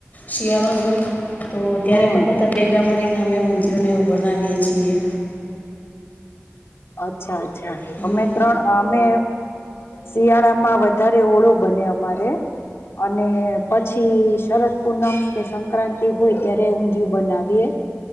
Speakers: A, on the left (about 35°); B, on the left (about 60°).
A: શિયાળો જોઈ તો ત્યારે
B: હમ
A: પણ બધા ભેગા મળીને અમે ઊંધીયું ને એવું બનાવી વીએ છીએ.
B: અચ્છા-અચ્છા.
A: હમ
B: અમે ત્રણ અમે શિયાળામાં વધારે ઓળો બને અમારે, અને પછી શરદ પૂનમ કે સંક્રાંતિ હોય ત્યારે ઊંધિયું બનાવીએ.